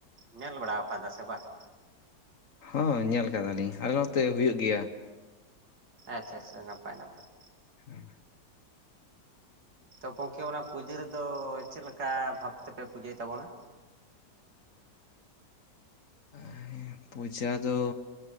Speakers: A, on the right; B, on the left.
A: ᱧᱮᱞ ᱵᱟᱲᱟ ᱟᱠᱟᱫᱟ ᱥᱮ ᱵᱟᱝ?
B: ᱦᱚᱸ ᱧᱮᱞ ᱠᱟᱫᱟᱞᱤᱧ ᱟᱞᱮ ᱱᱚᱛᱮ ᱦᱩᱭᱩᱜ ᱜᱮᱭᱟ᱾
A: ᱟᱪᱪᱷᱟ ᱟᱪᱪᱷᱟ ᱱᱟᱯᱟᱭ ᱱᱟᱯᱟᱭ᱾
B: ᱦᱩᱸ
A: ᱛᱚ ᱜᱚᱢᱠᱮ ᱚᱱᱟ ᱯᱩᱡᱟᱹ ᱨᱮᱫᱚ ᱪᱮᱫ ᱞᱮᱠᱟ ᱵᱷᱟᱵᱽ ᱛᱮᱯᱮ ᱯᱩᱡᱟᱹᱭ ᱛᱟᱵᱚᱱᱟ᱾
B: ᱟᱭ ᱮᱢ ᱯᱩᱡᱟ ᱫᱚ